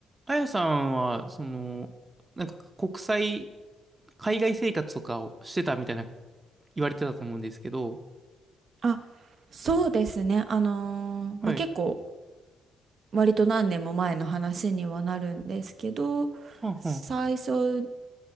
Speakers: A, on the right (about 20°); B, on the right (about 55°).
A: あやさんは、その、なんか国際、海外生活とかをしてたみたいな言われてたと思うんですけど、
B: あ、そうですね。あのーまあ、
A: はい。
B: 結構割と何年も前の話にはなるんですけど、
A: はんはん。
B: 最初